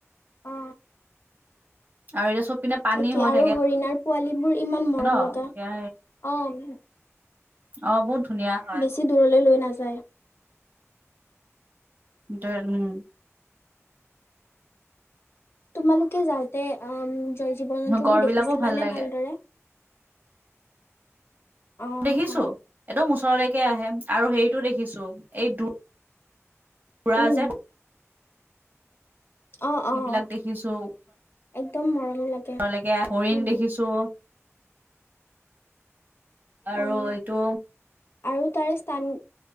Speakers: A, on the left; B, on the right.
A: অ
B: আৰু এতিয়া চবপিনে পানী
A: তাকে
B: হৈ
A: আৰু
B: থাকে
A: হৰিণাৰ পোৱালীবোৰ ইমান মৰম
B: ন
A: লগা
B: এতিয়া
A: অঁ
B: অ বহুত ধুনীয়া হয়
A: বেছি দূৰলৈ লৈ নাযায়
B: তই উম
A: তোমালোকে যাওঁতে জীৱ জন্তু
B: গড়
A: বোৰ দেখিছিলানে
B: বিলাকো ভাল লাগে
A: ভালদৰে অ'
B: দেখিছো
A: হয়।
B: একদম ওচৰলৈকে আহে আৰু হেৰিটো দেখিছো এইটো পুৰা
A: উম,
B: যে
A: অ
B: সেইবিলাক
A: অ অ
B: দেখিছো
A: একদম মৰম লাগে
B: ঘৰলেকে হৰিণ
A: উম,
B: দেখিছো আৰু
A: অ'
B: এইটো
A: আৰু তাৰে স্থান